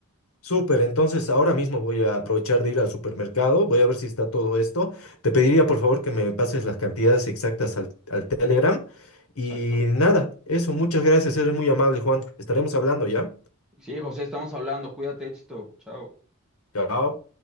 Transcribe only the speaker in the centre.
Exacto.
Sí, José, estamos hablando, cuídate, éxito, chao.